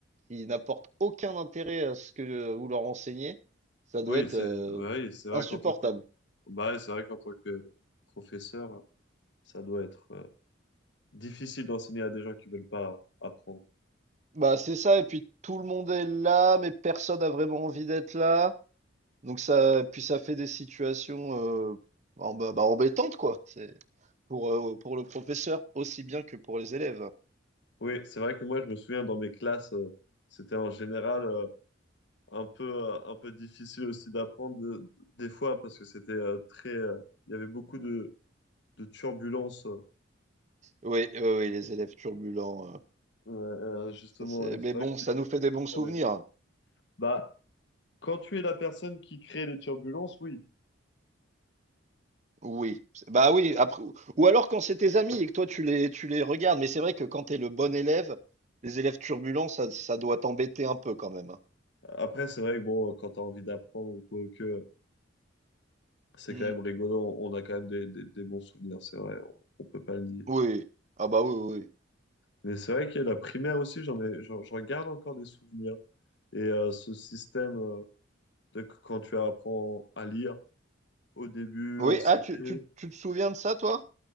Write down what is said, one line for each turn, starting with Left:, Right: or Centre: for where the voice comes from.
Right: qui n'apportent aucun intérêt à ce que vous leur enseignez, ça doit
Left: Oui,
Right: être
Left: c'est
Right: euh,
Left: ouais, c'est vrai
Right: insupportable.
Left: qu'en tant que bah, ouais, c'est vrai qu'en tant que professeur, ça doit être euh, difficile d'enseigner à des gens qui veulent pas apprendre.
Right: Bah, c'est ça, et puis tout le monde est là, mais personne n'a vraiment envie d'être là. Donc ça, puis ça fait des situations euh, en- bah, bah, embêtantes, quoi. C'est pour, euh, pour le professeur aussi bien que pour les élèves.
Left: Oui, c'est vrai que moi, je me souviens dans mes classes, euh, c'était en général euh, un peu euh, un peu difficile aussi d'apprendre de- des fois parce que c'était euh, très euh, il y avait beaucoup de de turbulences euh,
Right: Oui, oui, oui, les élèves turbulents. euh,
Left: euh, justement
Right: ça c'est...
Left: et
Right: Mais
Left: c'est
Right: bon,
Left: vrai que c'était
Right: ça nous
Left: difficile
Right: fait des bons
Left: pour
Right: souvenirs.
Left: les bah quand tu es la personne qui crée les turbulences, oui.
Right: Oui, c'est- bah oui, après, ou ou alors quand c'est tes amis et que toi tu les, tu les regardes, mais c'est vrai que quand t'es le bon élève, les élèves turbulents, ça, ça doit t'embêter un peu quand même. hein.
Left: Après, c'est vrai que bon, quand tu as envie d'apprendre ou quoi, que C'est
Right: Mm.
Left: quand même rigolo, on on a quand même des, des- des bons souvenirs, c'est vrai, on, on peut pas le nier.
Right: Oui, ah bah oui, oui.
Left: Mais c'est vrai que la primaire aussi, j'en ai, j'en, j'en garde encore des souvenirs. Et euh, ce système euh, de qu- quand tu apprends à lire au début,
Right: Oui,
Left: en
Right: Oui,
Left: CP.
Right: ah, tu, tu, tu te souviens de ça, toi?